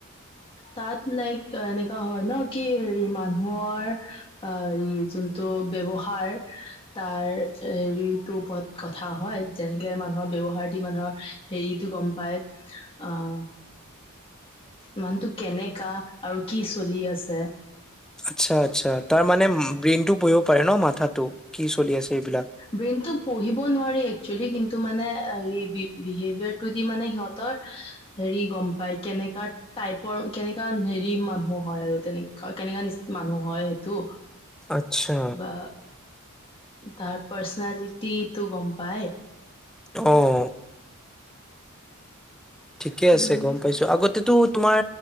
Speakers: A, on the left; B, in the centre.
A: তাত লাইক এনেকা হয় ন, কি হেৰি মানুহৰ অ', ই যোনটো ব্যৱহাৰ তাৰ, হেৰি তোৰ ওপৰত কথা হয়। যেনেকে মানুহৰ ব্যৱহাৰ দি মানুহৰ হেৰিটো গম পাই, অ'মানুহটো কেনেকা। আৰু কি চলি আছে?
B: আচ্ছা, আচ্ছা, তাৰ মানে ব্ৰেইন টো পঢ়িব পাৰে ন, মাথাটো কি চলি আছে এইবিলাক।
A: ব্ৰেইনটোক পঢ়িব নোৱাৰি একচুৱেলি, কিন্তু মানে এই বিহেভিয়াৰটো দি মানে সিহঁতৰ হেৰি গম পায়, কেনেকা টাইপৰ কেনেকা হেৰি মানুহ হয় আৰু তেনেকা, কেনেকা মানুহ হয়। তো,
B: আচ্ছা
A: বা, তাৰ পাৰ্চনেলিটিটো গম পায়।
B: অ'। ঠিকে আছে,
A: উম
B: গম পাইছোঁ। আগতেটো তোমাৰ